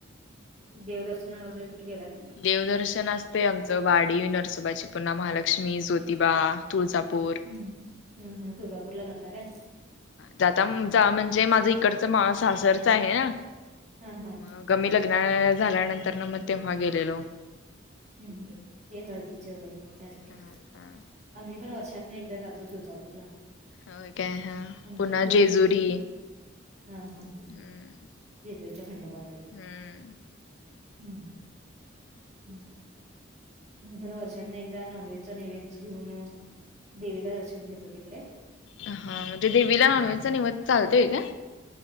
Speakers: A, on the right; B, on the left.
A: देवदर्शनाला तेन कुठे गेलात
B: देवदर्शन असते आमचं वाडी नरसोबाची पुन्हा महालक्ष्मी ज्योतिबा तुळजापूर
A: हम् हम्म हम तुळजापूरला जाता काय
B: जाता म्हणजे माझं इकडच माळ सासरच आहे ना
A: हा हा
B: मग कमी लग्न झाल्यानंतर ना मग तेव्हा गेलेलो
A: हम् ते हळदीचे वगैरे त्यासाठी
B: हा हा
A: आम्ही पण वर्षातुन एकदा जातो तुळजापूरला
B: हो काय हा
A: आमची
B: पुन्हा
A: कुळदेवी
B: जेजुरी
A: ते हा हा ह
B: हम्म
A: जेजुरीच्या खंडोपाला
B: हम्म
A: हम् हम् पण वर्षात ना एकदा नॉनव्हेजचा नैवेद्य घेऊन देवीला दर्शन घेतो तिकडे
B: हा म्हणजे देवीला नॉनवेज चा नैवेद्य चालतोय का